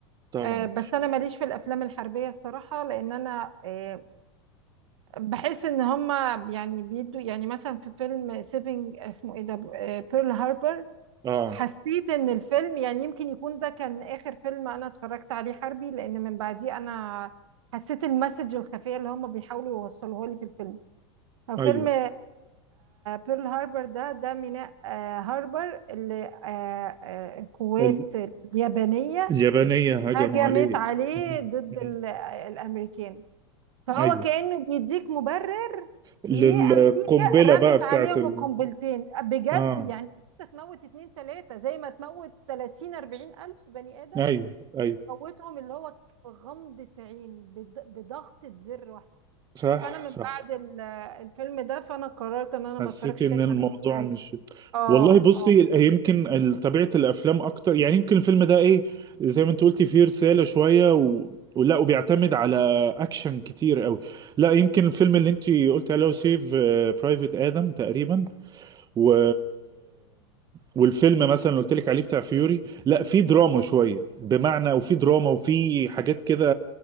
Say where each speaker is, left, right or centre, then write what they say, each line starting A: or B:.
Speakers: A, on the right; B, on the right.
A: طبعا
B: آه، بس انا ماليش في الافلام الحربيه الصراحه لان انا آه، بحس ان هما يعني بيدوا يعني مثلا في فيلم سيفنج اسمه ايه ده بيرل هاربر
A: اه
B: حسيت ان الفيلم يعني يمكن يكون ده كان اخر فيلم انا اتفرجت عليه حربي لان من بعديه انا حسيت المسج الخفية اللي هما بيحاولوا يوصلوها لي في الفيلم هو فيلم
A: ايوه
B: بيرل هاربر ده ده ميناء آه، هاربر اللي آه، آه، القوات
A: ال-
B: اليابانية
A: اليابانية هجموا
B: هجمت
A: عليه
B: عليه
A: مم.
B: ضد
A: مم.
B: ال- آه، الامريكان فهو
A: ايوه
B: كأنه بيديك مبرر
A: للقنبلة
B: ليه أمريكا رمت
A: بقى بتاعت
B: عليهم
A: ال...
B: القنبلتين بجد
A: اه
B: يعني أنت تموت اتنين تلاتة زي ما تموت 30 40 ألف بني آدم
A: ايوه ايوه
B: موتهم اللي هو غمضة عين بض- بضغطة زر واحدة
A: صح
B: فأنا من
A: صح
B: بعد ال- الفيلم ده فأنا قررت إن أنا
A: حسيت
B: ما أتفرجش
A: ان
B: تاني
A: الموضوع
B: على الأفلام
A: مش
B: آه
A: والله بصي
B: آه
A: يمكن ال- طبيعة الافلام اكتر يعني يمكن الفيلم ده ايه زي ما انت قلتي فيه رسالة شوية و... ولا وبيعتمد على اكشن كتير قوي لا يمكن الفيلم اللي انت قلت عليه سيف برايفت ادم تقريبا و... والفيلم مثلا اللي قلت لك عليه بتاع فيوري لا في دراما شويه بمعنى وفي دراما وفي حاجات كده